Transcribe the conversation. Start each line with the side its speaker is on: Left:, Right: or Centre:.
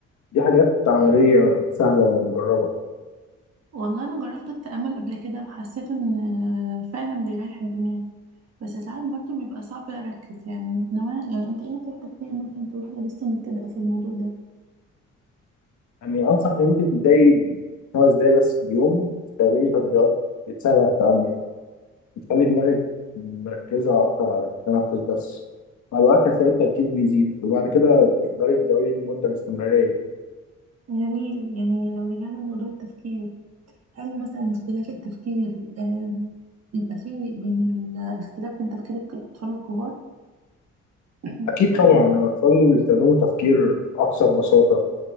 Left: دي حاجات عملية سهلة ومجربة
Right: والله أنا جربت التأمل قبل كده وحسيت إن فعلا بيريح الدماغ بس ساعات برضه بيبقى صعب أركز يعني نوع يعني أنت إيه نصيحتك ليا مثلا كواحدة لسه مبتدئة في الموضوع ده؟
Left: يعني أنصح إن أنت تبدأي خمس دقايق بس في اليوم تستخدمي تطبيقات بتساعد على التأمل بتخلي دماغك مركزة أكتر على التنفس بس مع الوقت هتلاقي التركيز بيزيد وبعد كده تقدري تزودي من المدة الاستمرارية
Right: جميل يعني لو رجعنا لموضوع التفكير هل مثلا اختلاف التفكير آه، بيبقى فيه بين الاختلاف بين تفكير الك- الأطفال والكبار <clears throat>
Left: أكيد طبعا أكيد الأطفال بيستخدموا تفكير أكثر بساطة